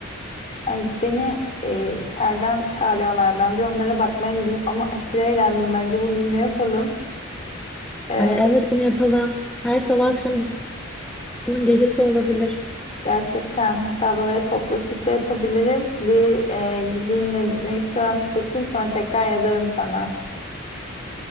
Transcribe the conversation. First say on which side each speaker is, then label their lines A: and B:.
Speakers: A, on the left; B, in the centre.
A: Ay beni e, içeriden çağırıyorlar. Ben bir onlara bakmaya gideyim ama aşırı eğlendim. Bence bunu yine yapalım. E,
B: Ay, evet bunu yapalım. Her salı akşam bunun gecesi olabilir.
A: gerçekten hatta böyle toplaşıp da yapabiliriz. Bir e, gideyim ne, ne istiyorlarmış bakayım sonra tekrar yazarım sana.